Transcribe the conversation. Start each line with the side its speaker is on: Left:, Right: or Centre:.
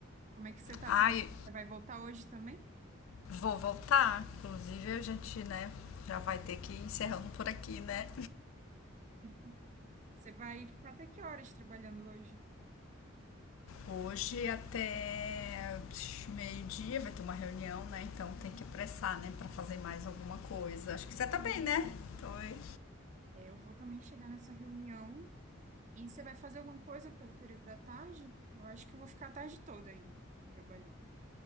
Right: Como é que você tá
Left: Ai,
Right: por aí? Você vai voltar hoje também?
Left: vou voltar. Inclusive, a gente, né, já vai ter que ir encerrando por aqui, né?
Right: <laughs> Você vai ficar até que horas trabalhando hoje?
Left: Hoje até meio-dia vai ter uma reunião, né? Então tem que apressar, né, para fazer mais alguma coisa. Acho que você tá bem, né? Dois.
Right: É, eu vou também chegar nessa reunião. E você vai fazer alguma coisa pelo período da tarde? Eu acho que eu vou ficar a tarde toda ainda trabalhando.